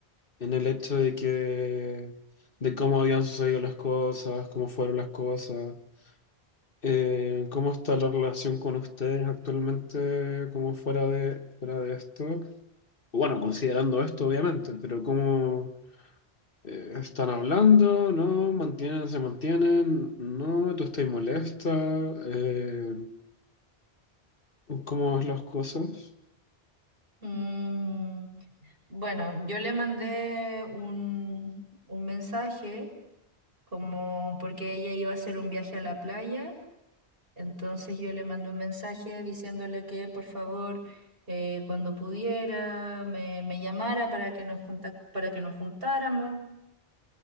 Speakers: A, on the left; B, on the right.
A: en el hecho de que, de cómo habían sucedido las cosas, cómo fueron las cosas, eh, ¿cómo está la relación con ustedes actualmente, como fuera de, fuera de esto? Bueno, considerando esto, obviamente, pero ¿cómo eh, están hablando? ¿No? ¿Mantienen, se mantienen? ¿No? ¿Tú estás molesta? Eh, ¿Cómo ves las cosas?
B: Mm, bueno, yo le mandé un, un mensaje como porque ella iba a hacer un viaje a la playa, entonces yo le mandé un mensaje diciéndole que por favor eh, cuando pudiera me, me llamara para que nos contac- para que nos juntáramos